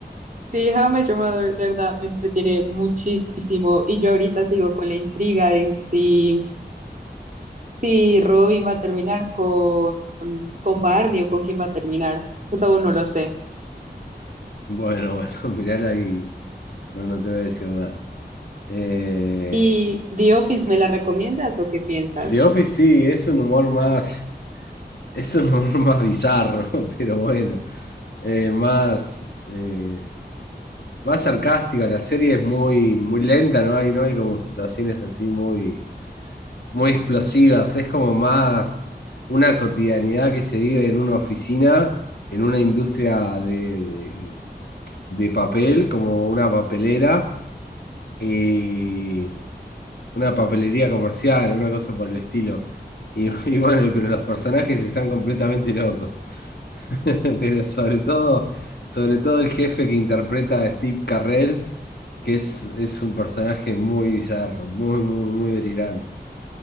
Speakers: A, on the right; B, on the left.
A: Sí, How I Met Your Mother, de verdad, me entretiene muchísimo. Y yo ahorita sigo con la intriga de si, si Robin va a terminar con, con Barney o con quién va a terminar. Eso aún no lo sé.
B: Bueno, bueno, <laughs> mirala ahí No, no te voy a decir nada. Eh,
A: ¿Y The Office me la recomiendas o qué piensas?
B: The Office sí, es un humor más, <laughs> es un humor <laughs> más bizarro, pero bueno, eh, más, eh, más sarcástica. La serie es muy, muy lenta, ¿no? Hay, no hay como situaciones así muy, muy explosivas. Es como más una cotidianidad que se vive en una oficina, en una industria de, de de papel, como una papelera. Y una papelería comercial, una cosa por el estilo. Y, <laughs> y bueno, y- pero los personajes están completamente locos. <laughs> Pero sobre todo, sobre todo el jefe que interpreta a Steve Carrell, que es, es un personaje muy bizarro, muy, muy, muy delirante.